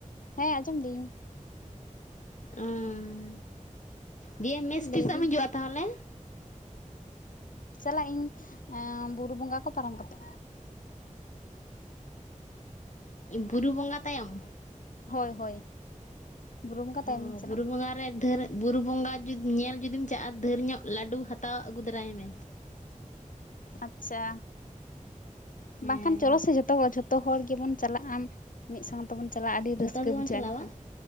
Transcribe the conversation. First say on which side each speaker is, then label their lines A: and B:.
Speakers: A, on the left (about 80°); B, on the left (about 65°).
A: ᱦᱮᱸ ᱟᱸᱡᱚᱢ ᱫᱤᱧ
B: ᱚᱜᱸ ᱫᱤᱭᱮ ᱢᱮᱥ ᱛᱤᱥ
A: ᱞᱟᱹᱭᱫᱟᱹᱧ
B: ᱦᱚᱸ ᱮᱢ ᱦᱤᱡᱩᱜᱼᱟ ᱛᱟᱦᱚᱞᱮ
A: ᱪᱟᱞᱟᱜ ᱤᱧ ᱵᱩᱨᱩ ᱵᱚᱸᱜᱟ ᱠᱚ ᱯᱟᱨᱚᱢ ᱠᱟᱛᱮ
B: ᱵᱩᱨᱩ ᱵᱚᱸᱜᱟ ᱛᱟᱭᱚᱢ
A: ᱦᱳᱭ ᱦᱳᱭ ᱵᱩᱨᱩ ᱵᱚᱸᱜᱟ ᱛᱟᱭᱚᱢ
B: ᱚ
A: ᱜᱤᱧ ᱪᱟᱞᱟᱜᱼᱟ
B: ᱵᱩᱨᱩ ᱵᱚᱸᱜᱟ ᱫᱷᱟᱣ ᱵᱩᱨᱩ ᱵᱚᱸᱜᱟ ᱡᱤᱫᱤ ᱧᱮᱞ ᱡᱩᱫᱤᱢ ᱪᱟᱜ-ᱟ ᱰᱷᱮᱨ ᱧᱚᱜ ᱞᱟᱹᱰᱩ ᱦᱟᱛᱟᱣ ᱟᱹᱜᱩ ᱫᱟᱨᱟᱭ ᱢᱮ
A: ᱟᱪᱪᱷᱟ
B: ᱦᱮᱸ
A: ᱵᱟᱝᱠᱷᱟᱱ ᱪᱚᱞᱚ ᱥᱮ ᱡᱚᱛᱚ ᱦᱚᱲ ᱡᱷᱚᱛᱚ ᱡᱚᱛᱚ ᱦᱚᱲ ᱜᱮᱵᱚᱱ ᱪᱟᱞᱟᱜᱼᱟ ᱟᱢ ᱢᱤᱫ ᱥᱟᱶ ᱡᱚᱛᱚ ᱵᱚᱱ ᱪᱟᱞᱟᱜᱼᱟ ᱟᱹᱰᱤ
B: ᱡᱷᱚᱛᱚ
A: ᱨᱟᱹᱥᱠᱟᱹ
B: ᱦᱚᱲ ᱜᱮᱵᱚᱱ
A: ᱵᱩᱡᱷᱟᱹᱜᱼᱟ
B: ᱪᱟᱞᱟᱜᱼᱟ
A: ᱮᱸᱰᱮᱠᱷᱟᱱ
B: ᱵᱟᱝ?